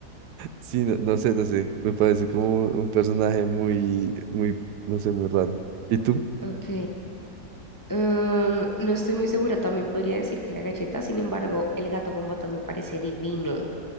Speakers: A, on the right; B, on the left.
A: Sí, no, no sé, no sé, me parece como un personaje muy, muy, no sé, muy raro. ¿Y tú?
B: Ok. Um, no estoy muy segura. También podría decir que la galleta, sin embargo, el gato con botas me parece divino.